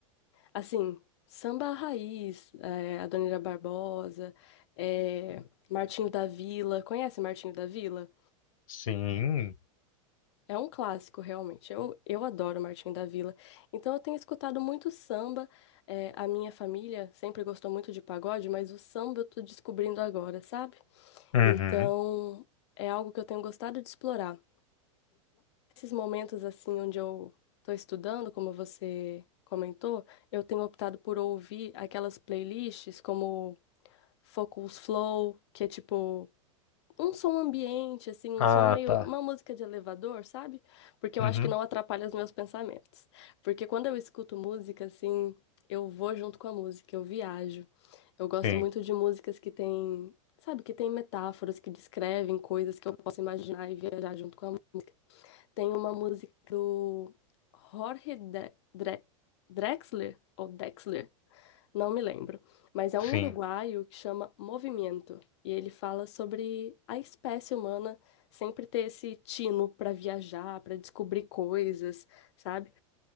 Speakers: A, on the left; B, on the left.
A: Assim, samba raiz, é, Adoniran Barbosa, é, Martinho da Vila. Conhece Martinho da Vila?
B: Sim.
A: É um clássico, realmente. Eu, eu adoro Martinho da Vila. Então, eu tenho escutado muito samba. É, a minha família sempre gostou muito de pagode, mas o samba eu tô descobrindo agora, sabe?
B: Uhum.
A: Então, é algo que eu tenho gostado de explorar. Esses momentos, assim, onde eu tô estudando, como você comentou, eu tenho optado por ouvir aquelas playlists como Focus Flow, que é tipo um som ambiente, assim, um
B: Ah,
A: som meio,
B: tá.
A: uma música de elevador, sabe? Porque eu
B: Uhum.
A: acho que não atrapalha os meus pensamentos. Porque quando eu escuto música, assim, eu vou junto com a música, eu viajo. Eu gosto
B: Sim,
A: muito de músicas que têm, sabe, que têm metáforas, que descrevem coisas que eu posso imaginar e viajar junto com a música. Tem uma música do Jorge Dre- Dre- Drexler, ou Dexler. Não me lembro, mas é um
B: sim.
A: uruguaio que chama Movimento, e ele fala sobre a espécie humana sempre ter esse tino para viajar, para descobrir coisas, sabe?